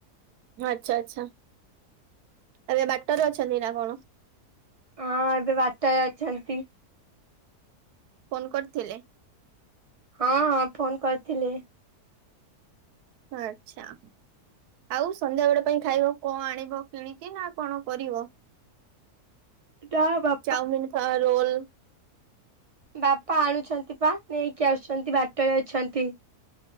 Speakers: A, on the right; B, on the right.
A: ଆଚ୍ଛା ଆଚ୍ଛା ଏବେ ବାଟରେ ଅଛନ୍ତି ନାଁ କଣ?
B: ହଁ ଏବେ ବାଟ ଅଛନ୍ତି।
A: ଫୋନ୍ କରିଥିଲେ।
B: ହଁ ଫୋନ୍ କରିଥିଲି।
A: ଆଚ୍ଛା। ଆଉ ସନ୍ଧ୍ୟା ବେଳେ ପାଇଁ ଖାଇବ କଣ ଆଣିବ କିଣିକି ନାଁ କଣ କରିବ?
B: ଚା ବା
A: ଚାଉମିନ୍ ଫା ରୋଲ୍।
B: ବାପା ଆଣୁଛନ୍ତି ପା ନେଇକି ଆସୁଚନ୍ତି ବାଟରେ ଅଛନ୍ତି।